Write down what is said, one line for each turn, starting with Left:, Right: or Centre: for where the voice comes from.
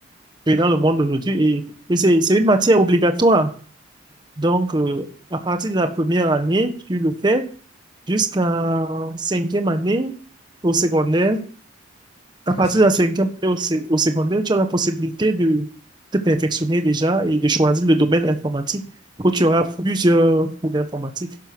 Right: Oui, dans le monde d'aujourd'hui. Et, et c'est, c'est une matière obligatoire.
Left: Mm.
Right: Donc, euh, à partir de la première année, tu le fais jusqu'à cinquième année au secondaire. À
Left: Ah,
Right: partir
Left: c'est,
Right: de la cinquième année au, sé- au secondaire, tu as la possibilité de te perfectionner déjà et de choisir le domaine informatique où tu auras plusieurs cours d'informatique.